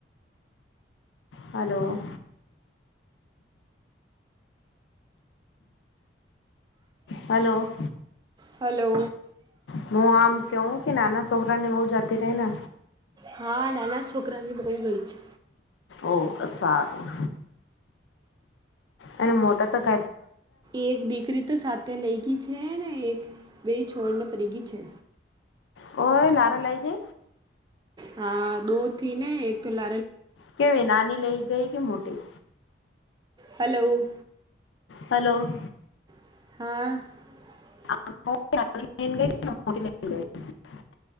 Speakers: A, on the left; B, on the right.
A: હલો. હલો.
B: હલો્
A: હું આમ કેવું કે નાના છોકરા ને બવું જાતી રહી ને.
B: હા નાના છોકરાની બહું ગળ છે.
A: ઓ આ સારું. અને મોટા તો ક
B: એક દીકરી તો સાત તે લઈ ગઈ છે ને એક બે છોડને પડી ગઈ છે.
A: હોય નારા લય જ
B: હા દો થી ને એક લ
A: કેવી નાની લઈ ગઈ કે મોટી.
B: હલોઉ.
A: હલો.
B: <inaudible>
A: ગ મોટી